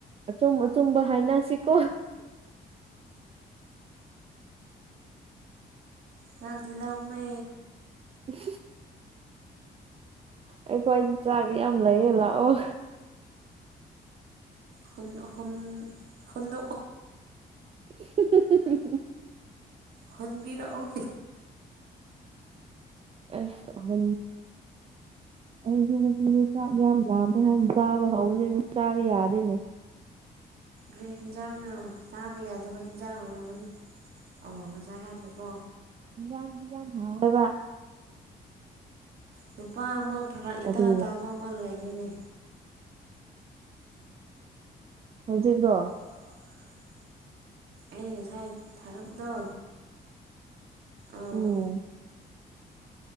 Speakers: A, on the right (about 35°); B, on the right (about 70°).
A: ꯑꯆꯨꯝ ꯑꯆꯨꯝꯕ ꯍꯥꯏꯅꯁꯤꯀꯣ
B: ꯆꯥꯛꯗꯤꯂꯥꯥꯎꯃꯦ
A: ꯎꯝ ꯑꯩꯈꯣꯏꯗꯤ ꯆꯥꯛ ꯌꯥꯝ ꯂꯩꯌꯦ ꯂꯥꯛꯑꯣ
B: ꯍꯨ ꯍꯨꯟ ꯍꯨꯗ
A: <inaudible>
B: ꯍꯣꯟꯕꯤꯔꯛꯑꯣ
A: ꯑꯁ ꯍ ꯑꯩꯁꯨ ꯉꯆꯁꯦ ꯆꯥꯛ ꯌꯥꯝ ꯂꯥꯃꯦ ꯍꯥꯏꯅ ꯆꯥꯕ ꯍꯧꯅꯦ ꯆꯥꯕ ꯌꯥꯗꯦꯅꯦ
B: ꯭ꯔꯦ ꯍꯦꯟꯖꯥꯡꯅ ꯆꯥꯕ ꯌꯥꯗꯕ ꯍꯤꯟꯖꯥꯡ ꯑꯣꯏꯔꯝꯃꯅꯤ ꯑꯣ ꯉꯁꯥꯏ ꯍꯥꯏꯈ꯭ꯔꯦꯀꯣ
A: ꯍꯤꯟꯒꯥꯡꯗꯤ ꯌꯥꯝ ꯍꯥꯎꯕ
B: ꯅꯨꯨꯄꯥ ꯑꯃ ꯐꯔꯛ
A: ꯀꯔꯤ
B: ꯏꯇꯥ ꯇꯥꯕ ꯑꯃ ꯂꯩꯔꯦꯅꯦ
A: ꯍꯧꯖꯤꯀꯣ
B: ꯑ ꯑꯩ ꯉꯁꯥꯏ ꯊꯥꯔꯛꯄꯗꯣ ꯑꯥ
A: ꯑꯣ